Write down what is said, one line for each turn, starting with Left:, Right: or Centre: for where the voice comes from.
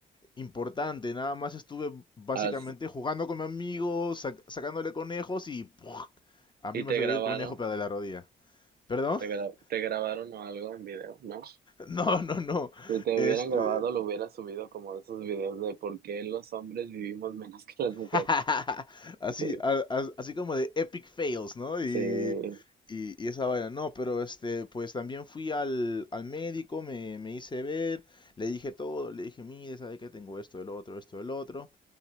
Left: importante. Nada más estuve básicamente
Right: As-
Left: jugando con mi amigo, sac- sacándole conejos y ¡puj! a
Right: y
Left: mí me
Right: te
Left: salió
Right: grabaron,
Left: el conejo pero de la rodilla. ¿Perdón?
Right: te,
Left: <laughs>
Right: gra- te grabaron o algo en video, ¿no?
Left: No, no, no.
Right: Si te
Left: Este,
Right: hubieran grabado, lo hubieras subido como de esos videos de por qué los hombres vivimos menos que las mujeres.
Left: <laughs> así,
Right: Sí,
Left: a- a- así como de epic fails, ¿no? Y,
Right: sí,
Left: y, y esa vaina. No, pero este, pues también fui al, al médico, me, me hice ver, le dije todo, le dije, mire, sabe que tengo esto, el otro, esto, el otro.